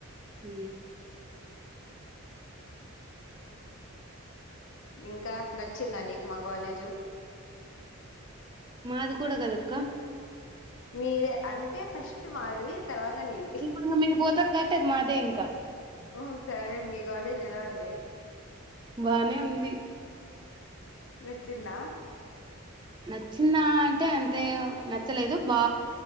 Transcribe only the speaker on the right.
హ
మాది కూడా కదక్క
ఇప్పుడు మీరు పోతారు కట్టది మాదే ఇంకా
బానే ఉంది
నచ్చిందా అంటే అంతే నచ్చలేదు బా